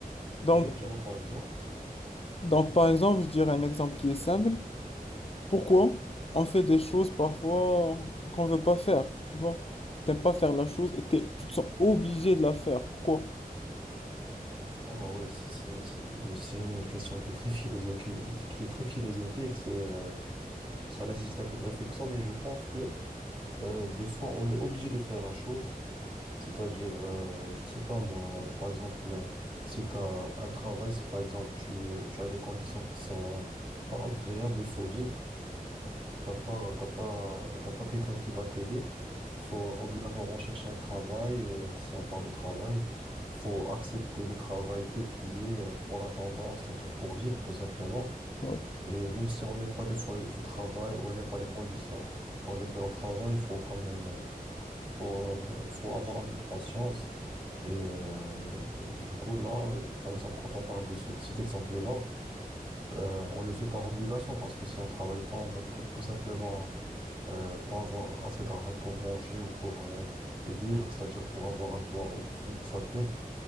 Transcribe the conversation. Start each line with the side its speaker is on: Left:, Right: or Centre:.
Left: Donc,
Right: oui, dis-moi par exemple.
Left: donc, par exemple, je dirais un exemple qui est simple. Pourquoi on fait des choses parfois qu'on veut pas faire, tu vois? T'aimes pas faire la chose et t'es- tu te sens obligé de la faire. Pourquoi?
Right: Ah ouais, c'est c'est- c'est une c'est une question qui est très philosophique, qui est très philosophique, c'est euh, ça nécessite un peu de réflexion, mais je pense que euh, des fois on est obligé de faire la chose, c'est-à-dire euh, je sais pas moi, par exemple euh, si tu as un travail, si par exemple tu, euh, tu as des conditions qui sont euh, pas agréables, il faut vivre. T'as pas, t'as pas, t'as pas quelqu'un qui va t'aider. Faut obligatoirement chercher un travail. euh, si on parle de travail, faut accepter le travail tel qu'il est euh, en attendant, c'est-à-dire pour vivre tout simplement.
Left: Oui.
Right: Et même si on n'aime pas des fois le- ce travail ou on n'aime pas les conditions dans lesquelles on travaille, faut quand même, euh, faut, euh, faut avoir un peu de patience. Et euh, du coup, là, par exemple, quand on parle de ce- cet exemple-là, euh, on le fait par obligation parce que si on travaille pas, on va tout tout simplement euh, pas avoir assez d'argent pour manger ou pour euh, vivre, c'est-à-dire pour avoir un toit au-dessus de sa tête.